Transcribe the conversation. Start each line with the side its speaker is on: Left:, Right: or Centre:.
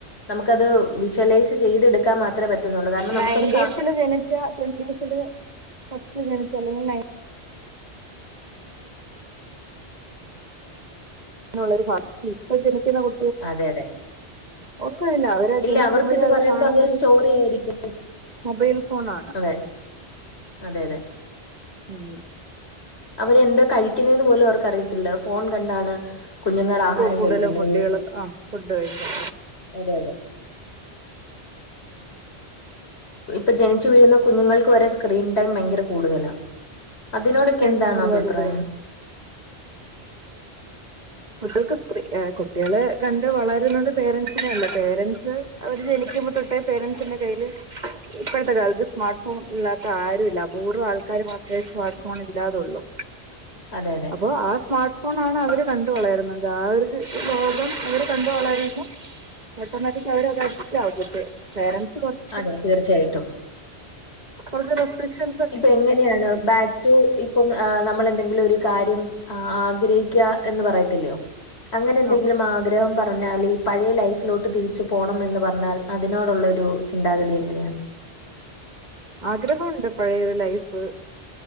Left: നമുക്കത് വിഷ്വലൈസ് ചെയ്തെടുക്കാൻ മാത്രമേ പറ്റുന്നുള്ളൂ കാരണം
Right: നയന്റീസില്
Left: നമുക്കത് കാ
Right: ജനിച്ച ട്വീന്റീസില് ഫസ്റ്റ്ല് ജനിച്ച അല്ലെങ്കി നയൻ <unintelligible> ഇപ്പ ജനിക്കുന്ന കു
Left: അതെ അതെ
Right: ഒന്നുഇല്ല അവര്
Left: ഇല്ല
Right: ജനിക്കുമ്പഴേ
Left: അവർക്കിത്
Right: അവര്
Left: പറയുമ്പോ
Right: കാണുന്നത്
Left: അതൊരു സ്റ്റോറി ആയിരിക്കും
Right: മൊബൈൽ ഫോണാണ്
Left: അതെ അതെ അതെ
Right: ഉം
Left: അവരെന്താ കഴിക്കുന്നെന്ന് പോലും അവർക്കറിയത്തില്ല, ഫോൺ കണ്ടാണ് കുഞ്ഞുങ്ങൾ
Right: ഇപ്പൊ
Left: ആഹാരം
Right: കൂടുതലും
Left: കഴിക്കുന്നത്.
Right: ഫുഡുകൾ ആ ഫുഡ് കഴിക്കും
Left: അതെ അതെ ഇപ്പൊ ജനിച്ചു വീഴുന്ന കുഞ്ഞുങ്ങൾക്ക് വരെ സ്ക്രീൻ ടൈം ഭയങ്കര കൂടുതലാ അതിനോടൊക്കെ
Right: സ്ക്രീൻ
Left: എന്താണ്
Right: ടൈം ഒരുപാട്
Left: അഭിപ്രായം.
Right: കൂടുതലാണ് കുട്ടികൾക്ക് സ്ത്രീ കുട്ടികള് കണ്ട് വളരുന്നത് പേരൻസിനെല്ല പേരൻറ്സ് അവര് ജന ക്കുപ തൊട്ടേ പേരൻസിന്റെ കയ്യില്. ഇപ്പോഴത്തെ കാലത്ത് സ്മാർട്ട് ഫോൺ ഇല്ലാത്ത ആരും ഇല്ല. അപൂർവ്വം ആൾക്കാർ മാത്രമേ സ്മാർട്ട് ഫോൺ ഇല്ലാതുള്ളൂ.
Left: <inaudible> അതെ
Right: അപ്പോ, ആ സ്മാർട്ട് ഫോൺ ആണ് അവര് കണ്ടത്. ക വളരുന്നത്. ആ ഒരു ലോകം അവര് കണ്ട് വളരുന്നു. ഓട്ടോമാറ്റിക് അവരടെ ത് അഡിക്റ്റ് ആവും വെച്ചിട്ട് പേരന്റ് സ്.
Left: അതെ, തീർച്ചയായിട്ടും.
Right: കുറച്ച് റസ്പെക്ഷം
Left: ഇപ്പൊ, എങ്ങനെയാണ് ബാ റ്റു, ഇപ്പം, നമ്മൾ എന്തെങ്കിലും ഒരു കാര്യം ആഗ്രഹിക്കുക എന്ന് പറയത്തില്ലോ അങ്ങനെ എന്തെങ്കിലും
Right: ആ
Left: ആഗ്രഹം പറഞ്ഞാൽ പഴയ ലൈഫിലോട്ട് തിരിച്ചു പോണം എന്ന് പറഞ്ഞാൽ അതിനോടുള്ള ഒരു ചിന്താഗതി എങ്ങനെയാണ.
Right: ആഗ്രഹംണ്ട് പഴയരു ലൈഫ്.